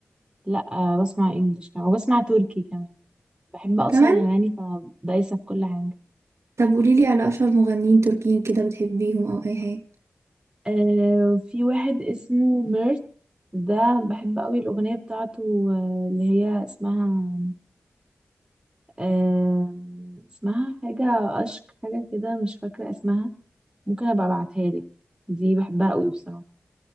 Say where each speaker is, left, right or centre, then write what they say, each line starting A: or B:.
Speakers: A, on the right (about 20°); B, on the right (about 75°).
A: لا آه، بسمع انجلش كمان وبسمع تركي كمان بحب اصلا
B: كمان
A: اغاني فدايسه في كل حاجه
B: طب قوليلي على اشهر مغنيين تركيين كده بتحبيهم او اي حاجه
A: آه في واحد اسمه ميرت ده بحب قوي الاغنيه بتاعته آه، اللي هي اسمها آه اسمها حاجه اشك حاجه كده مش فاكره اسمها ممكن ابقى ابعتها لك دي بحبها قوي بصراحه